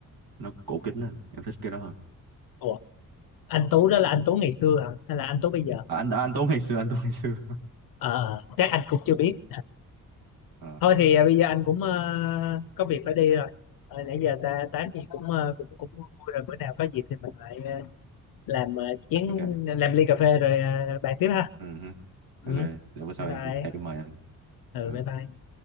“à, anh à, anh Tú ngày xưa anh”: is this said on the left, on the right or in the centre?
Right